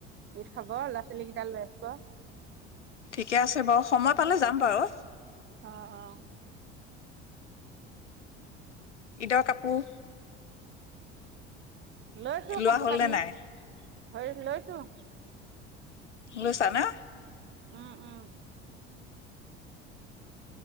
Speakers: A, on the right (about 35°); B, on the left (about 80°).
A: ঈদ খাব। ল'ৰা ছোৱালী কেইটা লৈ আহিব।
B: ঠিকে আছে বাৰু সময় পালে যাম বাৰু।
A: অ অ'
B: <unintelligible> কাপোৰ
A: লৈছো
B: লোৱা
A: কাপোৰ
B: হ'ল
A: কানি-
B: নে নাই
A: হৈ লৈছো।
B: লৈছা ন?
A: উম্‌ উম্‌'